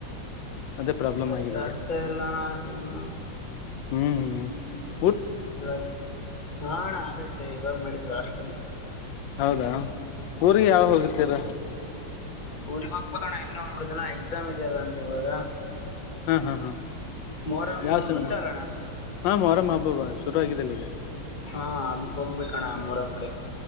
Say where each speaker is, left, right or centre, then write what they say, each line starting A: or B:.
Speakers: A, on the left (about 75°); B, on the left (about 60°).
A: ಅದೇ ಪ್ರಾಬ್ಲಮ್
B: ಹೊಚತ್ತ
A: ಆಗಿದೆ ಈಗ
B: ಎಲ್ಲಣ ಅದನ್ನು
A: ಹ್ಮ್ ಹ್ಮ್
B: ಇವಾಗ ಹಣ ಆಗೈತ್ತ ಇವಾಗ ಮಾಡಿದ್ವಿ ವಾಷಲಲ್ಲಿ
A: ಹೌದಾ ಊರಿಗೆ ಯಾವ ಹೋಗತೀರ
B: ಊರಿಗೆಗ್ ಹೋಗ್ಬೋಣ ಇನ್ನೊ ಮೂರ್ ದಿನ ಎಕ್ಸಾಮ್ ಇದ್ಯಲ್ಲನ್ರಿ ಇವಾಗ
A: ಹಾ ಹಾ ಹಾ
B: ಮೊಹರಂ
A: ಯಾವ ಸಮಯ
B: ಗೊತ್ತಲ್ಲಣ್ಣ
A: ಹ ಮರ ಮಾಬಬ ಶುರು ಆಗಿದ್ದಲ್ಲಿ ಈಗ
B: ಹಾ ಅದಕ್ ಹೋಗ್ಬೇಕಣ್ಣ ಮೂರಂಕ